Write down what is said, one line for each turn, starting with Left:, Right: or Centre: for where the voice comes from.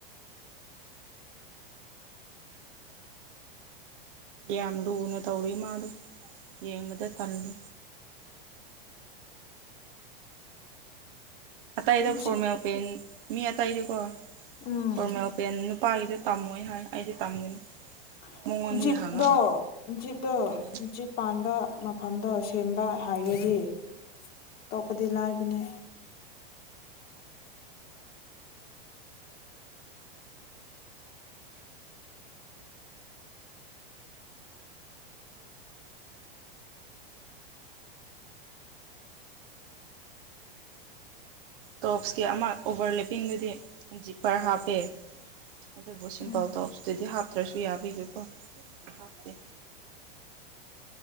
Right: ꯌꯥꯝ ꯂꯨꯅ ꯇꯧꯔꯨꯏ ꯃꯥꯗꯣ ꯌꯦꯡꯕꯗ ꯇꯜꯂꯦ ꯑꯇꯩꯗ
Left: ꯖꯤꯞ
Right: ꯐꯣꯔꯃꯦꯜ ꯄꯦꯟ ꯃꯤ ꯑꯇꯩꯗꯤꯀꯣ
Left: ꯎꯝ
Right: ꯐꯣꯔꯃꯦꯜ ꯄꯦꯟ ꯅꯨꯄꯥꯒꯤꯗꯣ ꯇꯝꯃꯣꯏ ꯍꯥꯏ ꯑꯩꯗꯤ ꯇꯝꯒꯅꯤ
Left: <unintelligible>
Right: ꯃꯉꯣꯟꯗꯒꯤ ꯍꯪꯉꯒ ꯎꯝ
Left: ꯄꯥꯟꯕ ꯃꯐꯝꯗꯣ ꯁꯦꯝꯕ ꯍꯩꯔꯗꯤ ꯑꯇꯣꯞꯄꯗꯤ ꯂꯥꯏꯕꯅꯦ
Right: ꯇꯣꯞꯁꯀꯤ ꯑꯃ ꯑꯣꯚꯔ ꯂꯦꯞꯄꯤꯡꯗꯨꯗꯤ ꯖꯤꯞꯄꯔ ꯍꯥꯞꯄꯦ ꯑꯗꯨꯕꯨ ꯁꯤꯝꯄꯜ
Left: ꯎꯝ
Right: ꯇꯣꯞꯁꯇꯗꯤ ꯍꯥꯞꯇ꯭ꯔꯁꯨ ꯌꯥꯕꯒꯤꯀꯣ ꯍꯥꯞꯇꯦ